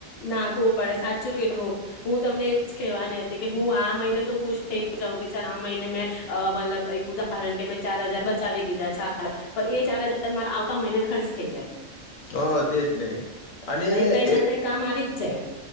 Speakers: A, on the left; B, on the left.
A: ના ખુબ પડે સાચું કીધું, હું તમને એજ કેવાની હતી કે હું આમ મહિને તો ખુશ થઈ જાઉં કે ચ આ મહિને મેં, મતલબ એક ઉદાહરણ કે મેં ચાર હજાર બચાવી દીધા ચાલો, પણ એ ચાર હજાર મારા આવતા મહિને ખર્ચ થઈ જાય.
B: હ તે જ નહી અને
A: કઈ ના
B: એ
A: કઈ કામ આવી જ જાય.